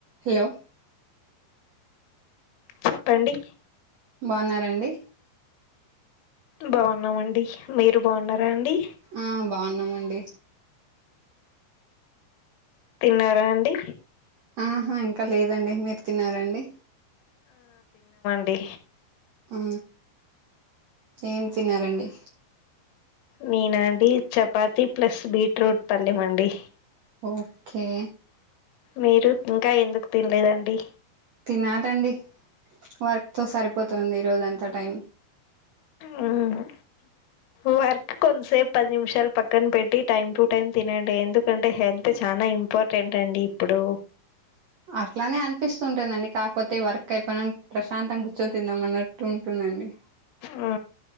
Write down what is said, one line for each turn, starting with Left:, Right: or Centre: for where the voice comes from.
Right: Hello
Left: చెప్పండి
Right: బాగున్నారండి
Left: బాగున్నామండి మీరు బాగున్నారా అండి.
Right: ఆ బాగున్నామండి.
Left: తిన్నారా అండి
Right: ఆహా ఇంకా లేదండి మీరు తిన్నారా అండి.
Left: డి
Right: ఊ ఏం తిన్నారండి.
Left: నేనా అండి చపాతి ప్లస్ బీట్రూట్ పల్లెం అండి.
Right: ఓకే
Left: మీరు ఇంకా ఎందుక్ తిన్లేదండి.
Right: తినాలండి వర్క్ తో సరిపోతుంది ఈరోజు అంతా టైం.
Left: ఆహ వర్క్ కొన్సేపు పది నిమిషాలు పక్కన్ పెట్టి టైమ్ టు టైమ్ తినండి ఎందుకంటే హెల్త్ చానా. న ఇంపార్టెంట్ అండి ఇప్పుడు
Right: అట్లానే అనిపిస్తుంటుందండి కాకపోతే వర్క్ అయిపోయినంక్ ప్రశాంతంగ కూర్చొని తిందాం అన్నట్టు ఉంటుందండి.
Left: ఆ